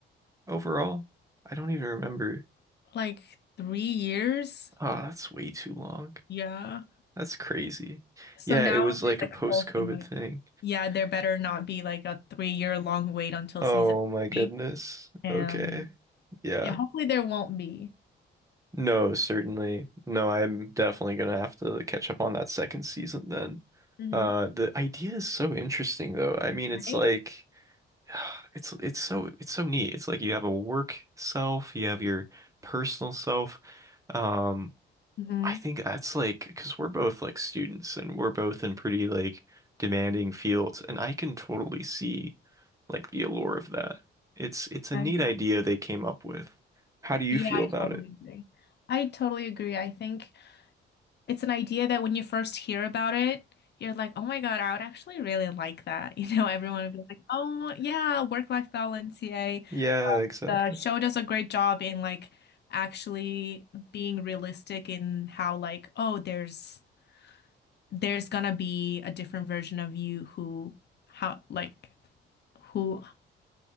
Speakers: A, on the right; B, on the left.
A: overall? I don't even remember.
B: Like three years?
A: Oh, that's way too long.
B: Yeah.
A: That's crazy.
B: So
A: Yeah,
B: now
A: it was like
B: there's like
A: a post-COVID
B: a whole thing like,
A: thing.
B: yeah, there better not be like a three year long wait until
A: Oh
B: season
A: my goodness.
B: three. And
A: Okay. Yeah.
B: yeah, hopefully there won't be.
A: No, certainly. No, I'm definitely gonna have to like, catch up on that second season then.
B: hmm
A: Uh, the idea is so interesting though. I mean, it's
B: Right?
A: like <sighs> it's it's so it's so neat. It's like you have a work self, you have your personal self. Um,
B: hmm
A: I think that's like because we're both like students and we're both in pretty like demanding fields, and I can totally see like the allure of that. It's it's a
B: Yeah,
A: neat
B: exactly.
A: idea they came up with. How do you
B: Yeah,
A: feel
B: I
A: about
B: totally
A: it?
B: agree. I totally agree. I think it's an idea that when you first hear about it, you're like, oh my God, I would actually really like that. <laughs> You know, everyone would be like, oh yeah, work-life balance, yay.
A: Yeah,
B: But
A: exactly.
B: the show does a great job in like actually being realistic in how like, oh, there's there's gonna be a different version of you who how like who